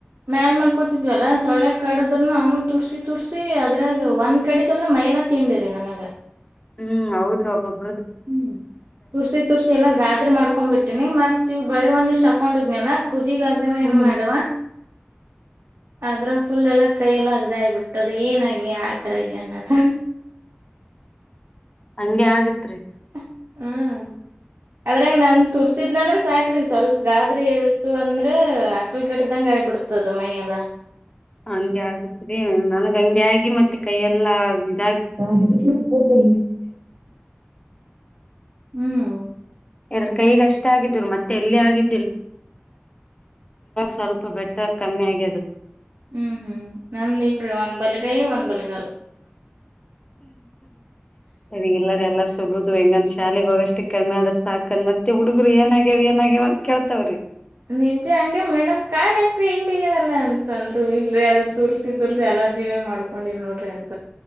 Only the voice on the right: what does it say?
ಮ್ಯಲ್ ಮಲ್ ಕೋತಿದ್ವಲ್ಲ ಸೊಳ್ಳೆ ಕಡದ್ನು ಅವನು ತುರ್ಸಿ ತುರ್ಸಿ ಅದ್ರಾಗ ಒಂದ್ ಕಡಿತ ಅಂದ್ರೆ ಮೈಲಾ ತಿಂಡಿರಿ ನನಗ
ಹ್ಮ್ ತುರ್ಸಿ ತುರ್ಸಿ ಎಲ್ಲಾ ಗಾದ್ರಿ ಮಾಡ್ಕೊಂಡ್ ಬಿಡ್ತೀನಿ ಮತ್ ತಿ ಬಳಿ ಒಂದಿಷ್ಟು ಅಕೌಂಟ್ ಇದ್ನೆನಾ? ಕುದಗಾಗ್ಯವ
ಏನ್ ಮಾಡವಾ? ಅದ್ರ ಫುಲ್ ಎಲ್ಲಾ ಕೈಯೆಲ್ಲ ಅಯ ಬಿಟ್ಟದ ಏನಾಗಿ ಆ ಕರೆಗೆ ಅನ್ನದ
ಹ್ಮ್ ಅದ್ರಂಗ ನನ್ ತುರ್ಸಿದ್ನಂದ್ರೆ ಸಾಕ್ರ ಸ್ವಲ್ಪ ಗಾಬ್ರಿ ಎಲ್ತು ಅಂದ್ರ ಅಕ್ಳಗಟ್ಟ್ದಂಗ ಆಗಬಿಡ್ತದ ಮೈಯೆಲ್ಲ.
ಹ್ಮ ಹೌದು <unintelligible>
ಹ್ಮ್ ಹ್ಮ್ ನಂದಲ್ರಿ ಒಂದ್ ಬಲ್ಗೈ, ಒಂದ್ ಬಲ್ ಲ್
ನಿಜ ಹಂಗೆ ಮೇಡಮ್ ಕಾಲ ಆಕ್ರಿ ಹಿಂಗಗದಲ್ಲ ಅಂತ ಅಂದ್ರು ಇಲ್ರಿ, ಅದ ತುರ್ಸಿ ತುರ್ಸಿ ಅಲರ್ಜಿಗ ಮಾಡ್ಕೊಂಡಿನ್ ನೋಡ್ರಿ ಅಂತ.